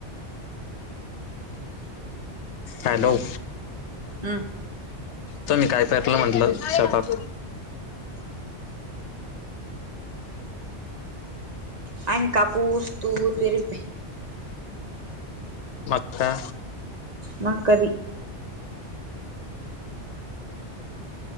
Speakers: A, on the left; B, on the right.
A: हॅलो
B: हम्
A: तुम्ही काय टाकल म्हणल शेतात
B: <unintelligible> कापूस तूर पेरिते.
A: मक्का.
B: मक्का बी.